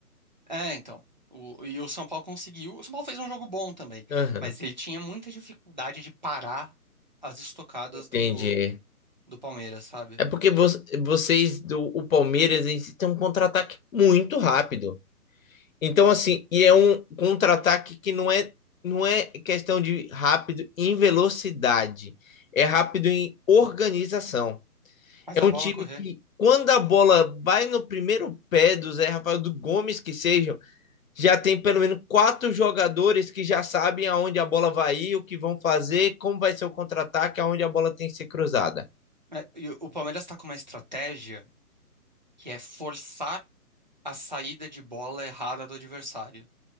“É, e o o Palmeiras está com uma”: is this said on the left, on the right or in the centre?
Right